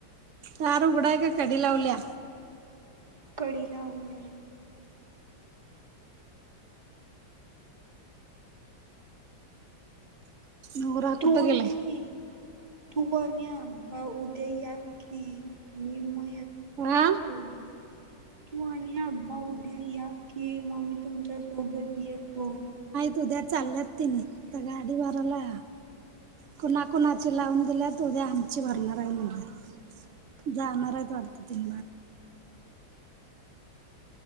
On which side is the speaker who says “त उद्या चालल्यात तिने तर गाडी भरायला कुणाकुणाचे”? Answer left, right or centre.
Right